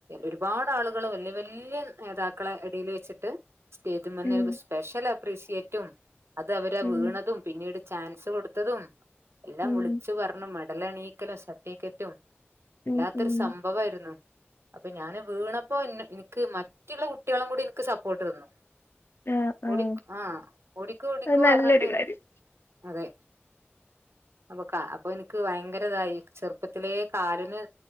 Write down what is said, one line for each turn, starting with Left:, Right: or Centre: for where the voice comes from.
Right: ഒരുപാട് ആളുകള് വല്യ വല്യ നേതാക്കളെ ഇടിൽ വെച്ചിട്ട് സ്റ്റേജ
Left: ഉം
Right: സ്പെഷ്യൽ അപ്രീഷിയേറ്റും അത് അവരാ
Left: ഉം
Right: വീണതും പിന്നീട് ചാൻസ് കൊടുത്തതും എല്ലാം
Left: ഉം
Right: വിളിച്ച് പറഞ്ഞു മെഡൽ എണീയിക്കലും സർട്ടിഫിക്കറ്റും.
Left: ഉം
Right: വല്ലാത്തൊരു
Left: ഉം
Right: സംഭവായിരുന്നു. അപ്പൊ ഞാന് വീണപ്പോ എനിക്ക് മറ്റുള്ള കുട്ടികളും കൂടി എനിക്ക് സപ്പോർട്ട് തന്നു.
Left: ആഹ് ആഹ്
Right: ഒടി ആഹ ഒടിക്കോ, ഒടിക്കോ
Left: അത് നല്ലൊരു
Right: പറഞ്ഞിട്ട് എനി
Left: കാര്യം
Right: അതെ.
Left: <inaudible>
Right: അപ്പൊ അപ്പൊ എനിക്ക് ഭയങ്കര ഇതായി ചെറുപ്പത്തിലെ കാലിന്